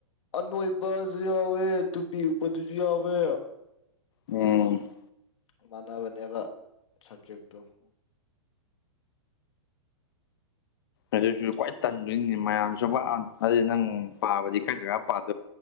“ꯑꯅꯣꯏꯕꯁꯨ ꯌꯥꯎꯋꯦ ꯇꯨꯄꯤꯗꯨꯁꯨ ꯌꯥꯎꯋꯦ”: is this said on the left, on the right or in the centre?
Left